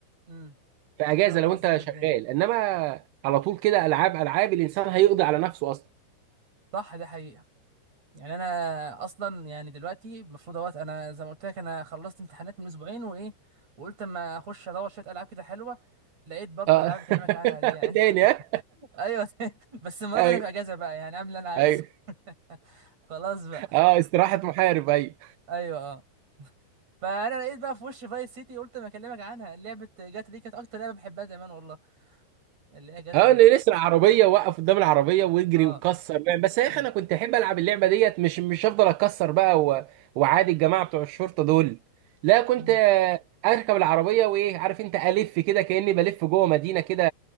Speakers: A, on the right; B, on the right.
A: امم
B: في اجازه
A: بقينا نبقى
B: لو
A: منظمين
B: انت شغال
A: الدنيا
B: انما على طول كده العاب العاب الانسان هيقضي على نفسه اصلا
A: صح ده حقيقه يعني انا اصلا يعني دلوقتي المفروض اهوت انا زي ما قلت لك انا خلصت امتحانات من اسبوعين وايه وقلت اما اخش ادور شويه العاب كده حلوه لقيت برضو
B: اه
A: العاب بكلمك عنها
B: <laughs>
A: دي يعني
B: تاني ها
A: <laughs> ايوه <laughs> بس المره
B: ايوه
A: دي انا في اجازه بقى يعني اعمل اللي انا عايزه
B: ايوه
A: <laughs> خلاص بقى
B: اه استراحه محارب ايوه
A: ايوه آه. فانا لقيت بقى في وش فايس سيتي قلت ما اكلمك عنها لعبه جاتا دي كانت اكتر لعبه بحبها زمان والله اللي هي جاتا
B: اه
A: دي
B: انه يسرق عربيه وقف قدام العربيه ويجري
A: اه
B: ويكسر بقى. بس يا
A: امم
B: اخي انا كنت احب العب اللعبه ديت مش مش هفضل اكسر بقى و... وعادي الجماعه بتوع الشرطه دول لا كنت
A: امم
B: آه، اركب العربيه وايه عارف انت الف كده كاني بلف جوه مدينه كده